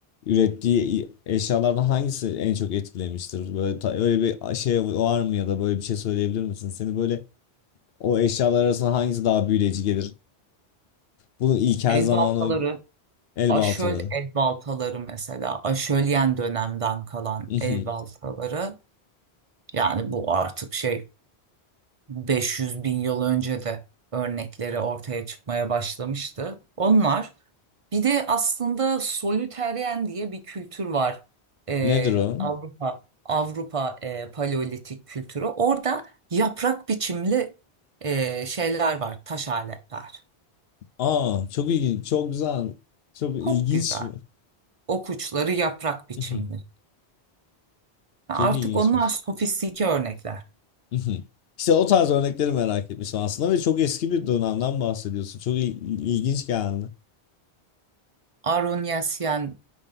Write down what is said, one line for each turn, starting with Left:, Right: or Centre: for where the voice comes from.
Left: ürettiği i- eşyalardan hangisi en çok etkilemiştir? Böyle ta- öyle bir şey var mı ya da böyle bir şey söyleyebilir misin? Seni böyle o eşyalar arasında hangisi daha büyüleyici gelir? Bunun ilkel
Right: El
Left: zamanı
Right: baltaları,
Left: el
Right: aşöl
Left: baltaları.
Right: el baltaları mesela, aşölyen dönemden kalan
Left: <laughs>
Right: el baltaları yani bu artık şey 500 bin yıl önce de örnekleri ortaya çıkmaya başlamıştı. Onlar bir de aslında solüteryen diye bir kültür var. Ee,
Left: Nedir o?
Right: Avrupa Avrupa e, paleolitik kültürü. Orada yaprak biçimli e, şeyler var, taş aletler.
Left: Aa çok ilginç, çok güzel, çok ilginç.
Right: Çok güzel. Okuçları yaprak biçimli.
Left: <laughs>
Right: Artık
Left: Çok ilginçmiş.
Right: onlar sofistike örnekler.
Left: <laughs> İşte o tarz örnekleri merak etmiştim aslında ve çok eski bir dönemden bahsediyorsun. Çok il- ilginç geldi.
Right: Arunyasyen